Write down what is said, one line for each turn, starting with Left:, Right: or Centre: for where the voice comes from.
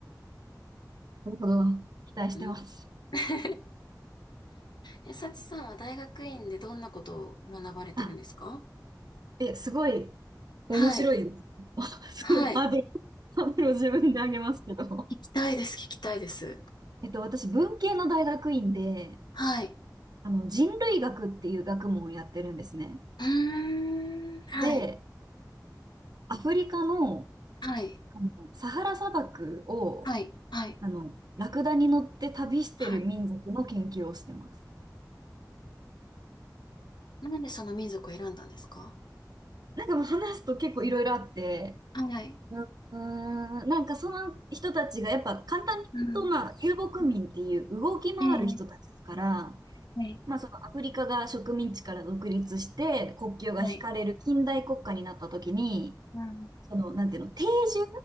Right: なるほど。期待してます。
Left: うん <laughs> え、サチさんは大学院でどんなことを学ばれてるんですか
Right: あ、え、すごい
Left: はい。
Right: 面白いです。<laughs>
Left: はい。
Right: すごいハードル、ハードルを自分で上げますけど。
Left: 聞きたいです、聞きたいです。
Right: えっと、私、文系の大学院で、
Left: はい。
Right: あの、人類学っていう学問をやってるんですね。
Left: うーん。はい。
Right: で、アフリカの、
Left: はい。
Right: あのサハラ砂漠を、
Left: はい。はい。
Right: あの、ラクダに乗って旅してる民族の研究をしてます。
Left: はい。なんでその民族を選んだんですか
Right: なんかもう話すと結構いろいろあって、
Left: はい。
Right: うんうーん、なんかその人たちがやっぱ簡単に言うと、
Left: うん。
Right: まあ、遊牧民っていう動き回る人たちですから、
Left: うんええ、はい、
Right: まあ、そのアフリカが植民地から独立して国境が引かれる近代国家になった時に、
Left: はい。うん、
Right: その、なんていうの、定住、